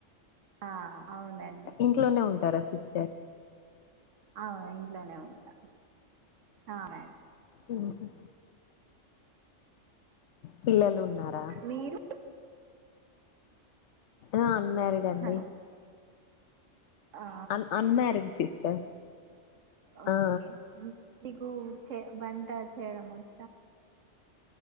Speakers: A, on the right; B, on the left.
A: ఆ అవునండి
B: ఇంట్లోనే ఉంటంది టెరాసిస్టర్
A: అవు ఇంట్లోనే ఉంటాం మ్యాడం అ
B: ఉహు. పిల్లలు ఉన్న న్నారా
A: మీరు
B: అ మరిడ్ అండి
A: హలో ఆ,
B: అన్ అన్మరిడ్ సిస్టర్
A: ఓకేకు
B: ఆ
A: వంట చేయడం <inaudible>